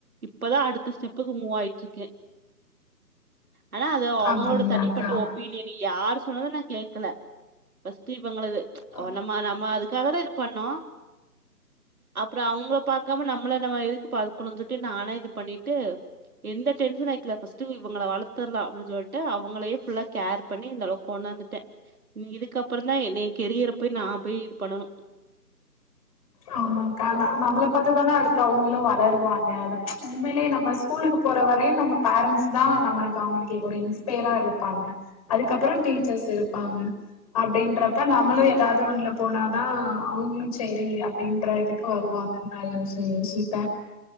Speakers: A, on the right; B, on the left.
A: இப்பதா அடுத்த ஸ்டெப்புக்கு மூவ் ஆயிட்டு இருக்கே ஆனா அது அவங்களோட
B: அப்டிங்களாக்கா
A: தனிப்பட்ட ஒப் பீனியனு யாரு சொன்னத நா கேக்கல ஃபர்ஸ்ட் இவங்களது
B: ஆ
A: ஒ நம்ம நம்ம அதுக்காக தா இது பண்ணோ அப்றோ அவங்கள பாக்காம நம்மள நம்ம எதுக்கு பாக்கணுன் சொல்லிட்டு நானா இது பண்ணிட்டு எந்த டென்சனு ஆயிகல ஃபர்ஸ்ட் இவங்க வளர்த்தரலா அப்டின் சொல்ட்டு அவங்களேயே ஃபுல்லா கேர் பண்ணி இந்தளவுக் கொண்டாந்துட்டே இதுக்கப்பறதா என் என் கெரியர போய் நா போய் பண்ணனு
B: ஆ ஆமாங்கா நா நம்ள பாத்து தானே அடுத்து அவங்களு வளருவாங்க அதா உண்மையிலே நம்ம ஸ்கூலுக்கு போற வரையு நம்ம பேரன்ண்ட்ஸ் தான் நம்மளுக்கு அவங்களுக்கு இன்ஸ்பயரா இருப்பாங்க அதுக்கப்பற டி ச்சர்ஸ் இருப்பாங்க அப்டின்றப்ப நம்மளு
A: ஆமா
B: எதாவது ஒண்ணுல போனாதா அவங்களும் செரி அப்டின்ற இதுக்கு வருவாங்கன் நான் யோசி யோசிப்பே